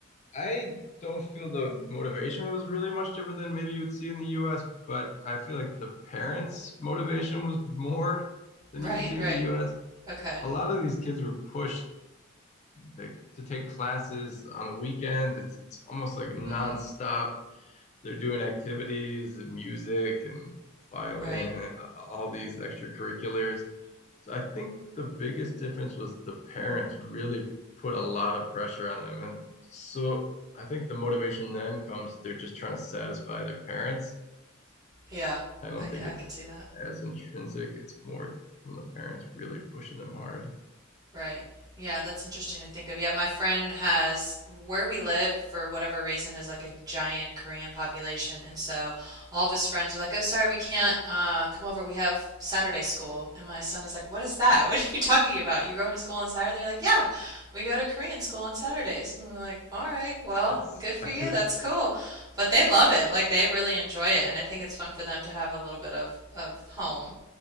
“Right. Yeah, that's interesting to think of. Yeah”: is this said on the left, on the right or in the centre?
Right